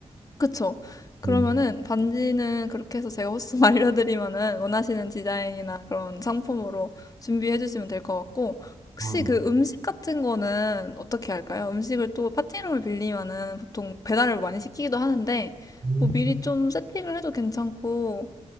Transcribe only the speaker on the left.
그쵸. 그러면은
반지는 그렇게 해서 제가 호스만 <laughs> 알려드리면은 원하시는 디자인이나 그런 상품으로 준비해 주시면 될 것 같고, 혹시
그 음식 같은 거는 어떻게 할까요? 음식을 또 파티룸을 빌리면은 보통 배달을 많이 시키기도 하는데,
뭐 미리 좀 세팅을 해도 괜찮고,